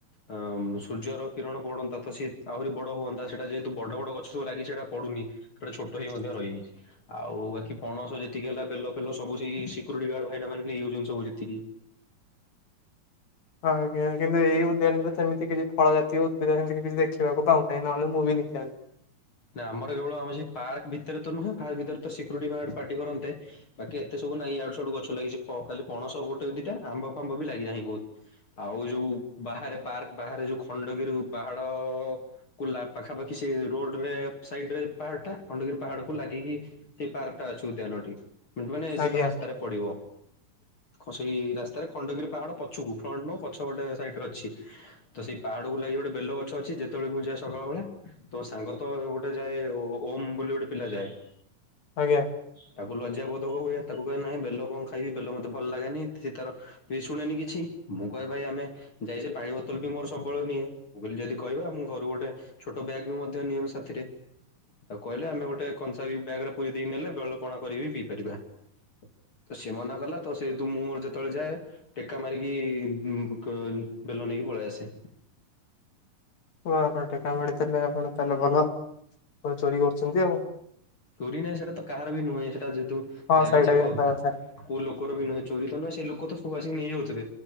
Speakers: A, on the left; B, on the left.
A: ଅଁ ସୂର୍ଯ୍ୟର କିରଣ ପଡ଼ନ୍ତା ତ ସେ ଆହୁରି ବଡ଼ ହୁଅନ୍ତା, ସେଇଟା ଯେହେତୁ ବଡ଼ ବଡ଼ ଗଛ ସବୁ ଲାଗି ସେଟା ପଡୁନି। ସେଟା ଛୋଟ ହେଇ ମଧ୍ୟ ରହିଯାଇଛି। ଆଉ ବାକି ପଣସ ଯେତିକି ହେଲା ବେଲ ଫେଲ ସବୁ ସେଇ ସିକ୍ୟୁରିଟି ଗାର୍ଡ ଭାଇନା ମାନେ ନେଇଯାଉଚନ୍ତି ସବୁ ଯେତିକି
B: ହଁ ଆଜ୍ଞା କିନ୍ତୁ ଏଇ ଉଦ୍ୟାନରେ ସେମିତି କିଛି ଫଳ ଜାତୀୟ ଉଦ୍ଭିଦ ହେମତି ତ କିଛି ଦେଖିବାକୁ ପାଉନେଇଁ ନହେଲେ ମୁଁ ବି ନେଇଯାଆନ୍ତି।
A: ନା ଆମର କେବଳ ଆମ ସେ ପାର୍କ ଭିତେରେ ତ ନୁହେଁ ପାର୍କ ଭିତରେ ତ ସିକ୍ୟୁରିଟି ଗାର୍ଡ ପାଟି କରନ୍ତେ। ବାକି ଏତେ ସବୁ ନାଇଁ ଇଆଡ଼ୁ ସିଆଡୁ ଗଛ ଲାଗିଚି ଫ ଖାଲି ପଣସ ଗୋଟେ ଦିଟା ଆମ୍ବ ଫାମ୍ବ ବି ଲାଗି ନାହିଁ ବହୁତ ଆଉ ଯୋଉ ବାହାରେ ପାର୍କ ବାହାରେ ଯୋଉ ଖଣ୍ଡଗିରୁ ପାହାଡ଼ ଅ ଅ ଅ କୁଲା ପାଖାପାଖି ସିଏ ରୋଡ଼ ଲେଫ୍ଟ ସାଇଡ଼ ରେ ପାହାଡ଼ ଟା ଖଣ୍ଡଗିରି ପାହାଡ଼ କୁ ଲାଗିକି ସେଇ ପାର୍କ ଟା ଅଛି ଉଦ୍ୟାନଟି। <unintelligible> ମାନେ
B: ଆଜ୍ଞା
A: ଯିବା ରାସ୍ତାରେ ପଡ଼ିବ। ଖ ସେଇ ରାସ୍ତାରେ ଖଣ୍ଡଗିରି ପାହାଡ଼ ପଛକୁ ଫ୍ରଣ୍ଟ ନୁହୁଁ ପଛ ପଟେ ସାଇଡ଼ ର ଅଛି। ତ ସେଇ ପାହାଡ଼କୁ ଲାଗି ଗୋଟେ ବେଲ ଗଛ ଅଛି ଯେତେବେଳେ ମୁଁ ଯାଏ ସକାଳ ବେଳା ତ ତାଙ୍କର ତ ଗୋଟେ ଯାଏ ଓ ଓମ୍ ବୋଲି ଗୋଟେ ପିଲା ଯାଏ।
B: ଆଜ୍ଞା।
A: ତାକୁ ଲଜ୍ୟା ବୋଧ ହୁଏ ତାକୁ କହେ ନାଇଁ ବେଲ କଣ ଖାଇବି ବେଲ ମତେ ଭଲ ଲାଗେନି ସିଏ ତାର କି ଶୁଣେନି କିଛି ମୁଁ କହେ ଭାଇ ଆମେ ଯାଇଚେ ପାଣି ବୋତଲ ବି ମୋର ସବୁବଳେ ନିଏ ବୋଲି ଯଦି କହିବା ମୁଁ ଘରୁ ଗୋଟେ ଛୋଟ ବ୍ୟାଗ୍ ବି ମୁଁ ମଧ୍ୟ ନିଏ ମୋ ସାଥିରେ ତାକୁ କହିଲେ ଆମେ ଗୋଟେ କଂସାରୀ ବ୍ୟାଗ ରେ ପୁରେଇ ଦେଇକି ନେଲେ ବେଳ ପଣା କରି ବି ପିଇପାରିବା ତ ସିଏ ମନା କଲା ତ ସେହେତୁ ମୁଁ ମୋର ଯେତବଳେ ଯାଏ ଟେକା ମାରିକି ଇ ଇ ମୁଁ ପକାଏନି ବେଲ ନେଇକି ପଳେ ଆସେ।
B: ହଁ ହଁ ଟେକା ମାଡ଼ିଥିଲେ ଆପଣ ତାହେଲେ ଭଲ ଚୋରି କରୁଚନ୍ତି ଆଉ।
A: ଚୋରି ନାଇଁ ସେଟା ତ କାହାର ବି ନୁହେଁ ସେଟା ଯେହେତୁ
B: ହଁ
A: ଲାଗିଚି
B: ସେଇଟା ବି
A: ପର୍କ
B: ସତ କଥା
A: କୋଉ ଲୋକର ବି ନୁହେଁ ଚୋରି ତ ନୁହେଁ ସେ ଲୋକ ତ ସବୁ ଆସିକି ନେଇଯାଉଥିବେ।